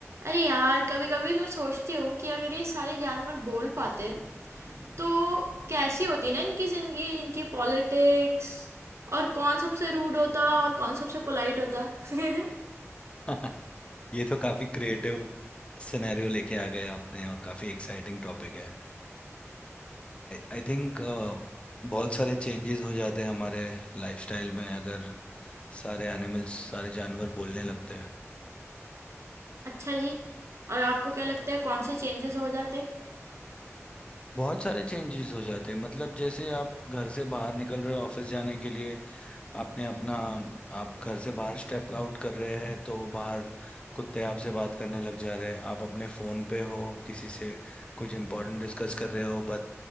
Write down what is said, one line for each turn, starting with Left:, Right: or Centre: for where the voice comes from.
Right: अरे यार कभी कभी मैं सोचती हूँ कि अगर ये सारे जानवर बोल पाते तो कैसी होती ना इनकी जिंदगी इनकी पॉलिटिक्स और कौन सबसे रूड होता और कौन सबसे पोलाइट होता <laughs>
Left: <laughs> ये तो काफी क्रिएटिव सिनेरियो लेके आ गए आपने और काफी एक्साइटिंग टॉपिक है आई थिंक बहुत सारे चेंजेस हो जाते हैं हमारे लाइफस्टाइल में अगर सारे एनिमल्स सारे जानवर बोलने लगते हैं
Right: अच्छा जी और आपको क्या लगता है कौन से चेंजेस हो जाते
Left: बहुत सारे चेंजेस हो जाते हैं मतलब जैसे आप घर से बाहर निकल रहे हो ऑफिस जाने के लिए आपने अपना आप घर से बाहर स्टेप आउट कर रहे हैं तो बाहर कुत्ते आपसे बात करने लग जा रहे हैं आप अपने फ़ोन पे हो किसी से कुछ इम्पोर्टेंट डिस्कस कर रहे हो बट